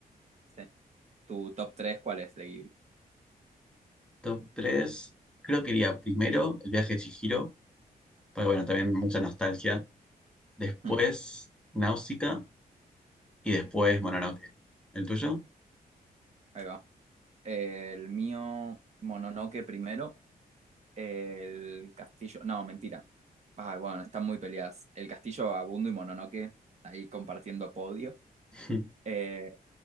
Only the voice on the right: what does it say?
Sí. ¿Tu top 3 cuál es de Ghibli?
Hmm,
ahí va. Eh, el mío, Mononoke primero, El castillo. No, mentira. Ay, bueno, están muy peleadas. El castillo Abundo y Mononoke, ahí compartiendo podio.
Eh,